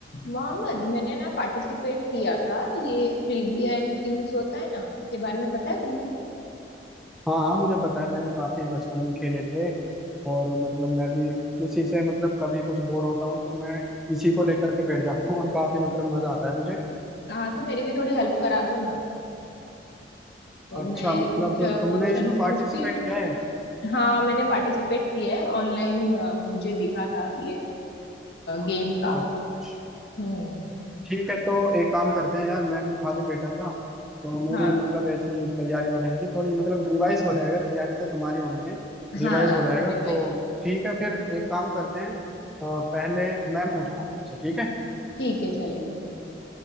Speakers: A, on the left (about 60°); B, in the centre.
A: मोहम्मद मैंने ना पार्टिसिपेट किया था ये ट्रिविया एंड क्यूज होता है ना उसके बारे में पता है तुम्हें
B: हाँ हाँ मुझे पता है मैंने काफी बचपन में खेले थे और मतलब मैं भी इसी से मतलब कभी कुछ बोर होता हूँ तो मैं इसी को लेकर के बैठ जाता हूँ और काफी मतलब मजा आता है मुझे
A: हाँ तो मेरी भी थोड़ी हेल्प करा दो ना तो
B: अच्छा
A: मैं
B: मतलब
A: कुछ क्वेश्चंस
B: तुमने इसमें पार्टिसिपेट
A: पूछती हूँ
B: किया है
A: हाँ मैंने पार्टिसिपेट किया है ऑनलाइन मुझे दिखा था ये गेम का
B: अच्छा
A: हम्म
B: ठीक है तो एक काम करते हैं यार मैं भी खाली बैठा था तो मेरी
A: हाँ
B: मतलब ऐसे ही तैयारी हो जाएगी थोड़ी मतलब रिवाइज हो जाएगा तैयारी तो तुम्हारी होनी है रिवाइज
A: हाँ
B: हो जाएगा
A: रिवाइज
B: तो ठीक है फिर एक काम करते हैं अ, पहले मैं पूछता हूँ तुमसे ठीक है
A: ठीक है चलेगा